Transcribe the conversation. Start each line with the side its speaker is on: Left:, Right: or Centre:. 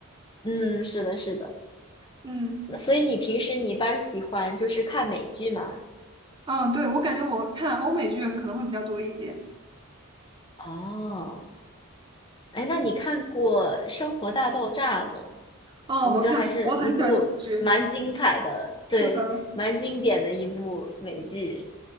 Left: 嗯，是的，是的。
Right: 嗯。
Left: 那所以你平时你一般喜欢就是看美剧吗？
Right: 嗯，对，我感觉我看欧美剧可能会比较多一些。
Left: 哦，哎，那你看过《生活大爆炸》吗？
Right: 哦，
Left: 我觉得还是一部蛮精彩的，
Right: 我看过，我很喜欢这部剧。
Left: 对，
Right: 是的，
Left: 蛮经典的一部美剧。